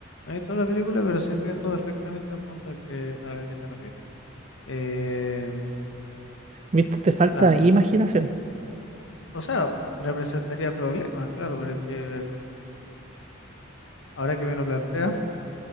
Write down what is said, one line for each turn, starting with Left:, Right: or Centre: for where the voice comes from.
Left: No he visto la película, pero sí entiendo perfectamente el punto al que, al que te refieres. Eh,
Right: ¿Viste? Te falta
Left: claro,
Right: imaginación.
Left: s- o sea, representaría problemas, claro, pero es que em, ahora que me lo planteas,